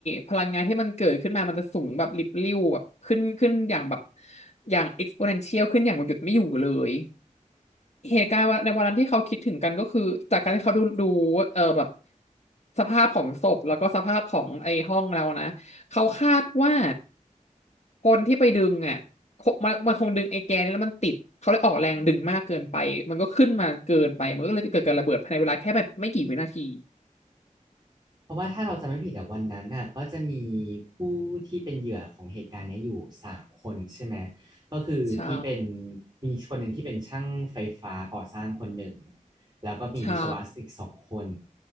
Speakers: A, on the left (about 55°); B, on the right (about 35°).
A: พลังงานที่มันเกิดขึ้นมามันจะสูงแบบลิบลิ่วแบบขึ้นขึ้นอย่างแบบอย่าง exponential ขึ้นอย่างหยุดไม่อยู่เลย เหตุการณ์ในวันนั้นที่เขาคิดถึงกันก็คือจากการที่เขาดูดูเออแบบสภาพของศพแล้วก็สภาพของไอ้ห้องเรานะเขาคาดว่าคนที่ไปดึงอ่ะ มันมันคงดึงไอ้แกนนี้แล้วมันติดเขาเลยออกแรงดึงมากเกินไปมันก็ขึ้นมาเกินไปมันก็เลยเกิดการระเบิดภายในเวลาแค่แบบไม่กี่วินาที
B: เพราะว่าถ้าเราจำไม่ผิดอะวันนั้นน่ะก็จะมีผู้ที่เป็นเหยื่อของเหตุการณ์เนี้ยอยู่สามคนใช่ไหมก็คือที่เป็น
A: ใช่
B: มีคนหนึ่งที่เป็นช่างไฟฟ้าก่อสร้างคนหนึ่งแล้วก็มีวิศวะอีกสองคน
A: ใช่